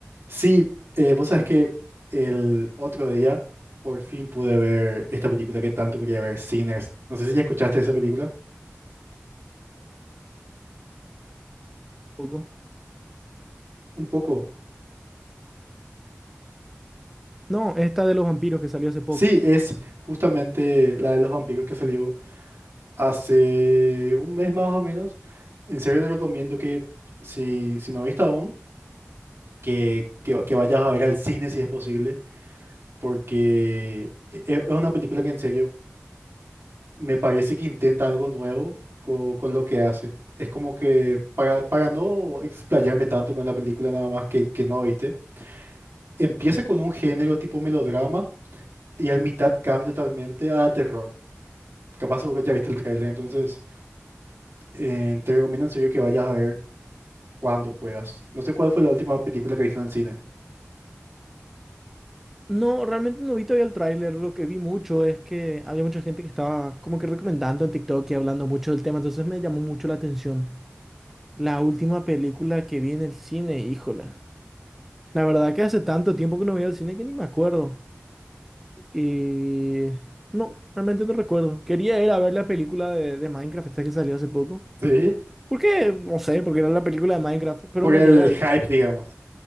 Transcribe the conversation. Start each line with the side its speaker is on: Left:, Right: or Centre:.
Right: Sí, eh, vos sabés que el otro día por fin pude ver esta película que tanto quería ver, Sinners. No sé si ya escuchaste esa película.
Centre: poco.
Right: Un poco.
Centre: No, esta de los vampiros que salió hace poco.
Right: Sí, es justamente la de los vampiros que salió hace un mes más o menos. En serio te recomiendo que si, si no viste aún, que, que, que vayas a ver al cine si es posible, porque e- e, es una película que en serio me parece que intenta algo nuevo co- con, lo que hace. Es como que para, para no explayarme tanto con la película nada más que, que no, ¿viste? Empieza con un género tipo melodrama y al mitad cambia totalmente a terror. Capaz seguro ya viste el tráiler, entonces eh, te recomiendo en serio que vayas a ver cuando puedas. No sé cuál fue la última película que viste en el cine.
Centre: No, realmente no vi todavía el tráiler. Lo que vi mucho es que había mucha gente que estaba como que recomendando en TikTok y hablando mucho del tema, entonces me llamó mucho la atención. La última película que vi en el cine, híjole. La verdad que hace tanto tiempo que no voy al cine que ni me acuerdo. Y... No, realmente no recuerdo. Quería ir a ver la película de, de Minecraft, esta que salió hace poco.
Right: Sí.
Centre: ¿Por qué? No sé, porque era la película de Minecraft, pero
Right: Por
Centre: no
Right: el
Centre: llegué a
Right: hype,
Centre: ir.
Right: digamos.